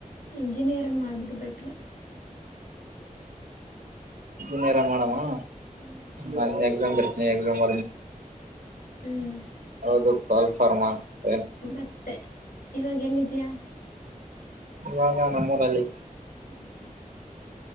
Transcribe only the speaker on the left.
ಇಂಜಿನಿಯರ್ ಮಾಡಿಬಿಟ್ಟು ಬೆಟ್ಟರು
ಹ್ಮ್
ಹ್ಮ್
ಮತ್ತೆ ಇವಾಗ ಎಲ್ಲಿದೆಯಾ
ಆದ <unintelligible>